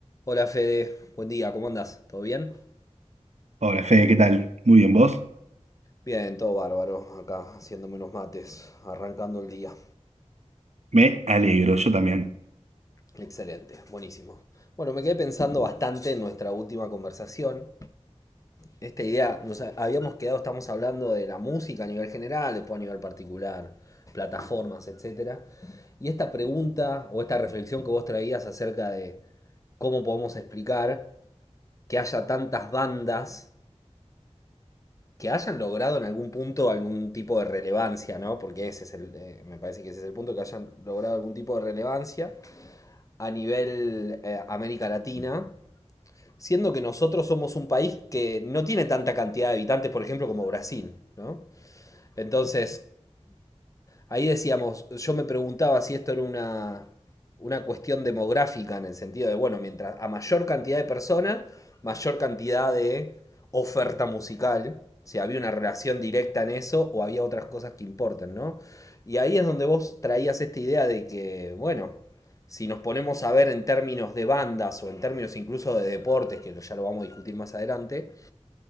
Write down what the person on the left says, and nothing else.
Hola Fede, buen día, ¿cómo andás? ¿Todo bien?
Bien, todo bárbaro, acá haciéndome unos mates, arrancando el día.
Excelente, buenísimo. Bueno, me quedé pensando bastante en nuestra última conversación. Esta idea, nos ha- habíamos quedado, estamos hablando de la música a nivel general, después a nivel particular, plataformas, etcétera. Y esta pregunta o esta reflexión que vos traías acerca de cómo podemos explicar que haya tantas bandas que hayan logrado en algún punto algún tipo de relevancia, ¿no? Porque ese es el, eh, me parece que ese es el punto, que hayan logrado algún tipo de relevancia a nivel eh, América Latina, siendo que nosotros somos un país que no tiene tanta cantidad de habitantes, por ejemplo, como Brasil, ¿no? Entonces, Ahí decíamos, yo me preguntaba si esto era una, una cuestión demográfica en el sentido de, bueno, mientras a mayor cantidad de personas, mayor cantidad de oferta musical, si había una relación directa en eso o había otras cosas que importan, ¿no? Y ahí es donde vos traías esta idea de que, bueno, si nos ponemos a ver en términos de bandas o en términos incluso de deportes, que ya lo vamos a discutir más adelante,